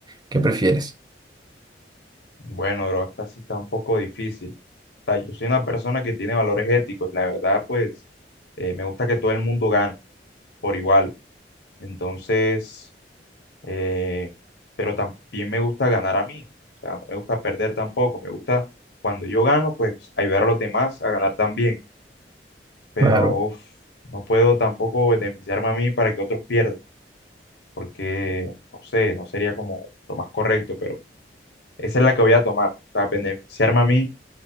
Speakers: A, on the right (about 25°); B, on the left (about 80°).
A: ¿Qué prefieres?
B: Bueno, bro, esta sí está un poco difícil. O sea, yo soy una persona que tiene valores éticos y la verdad, pues, eh, me gusta que todo el mundo gane. por igual. Entonces, eh, pero también me gusta ganar a mí. O sea, no me gusta perder tampoco. Me gusta cuando yo gano, pues ayudar a los demás a ganar también. Pero
A: Claro.
B: uf, no puedo tampoco beneficiarme a mí para que otros pierdan, porque no sé, no sería como lo más correcto, pero esa es la que voy a tomar. O sea, beneficiarme a mí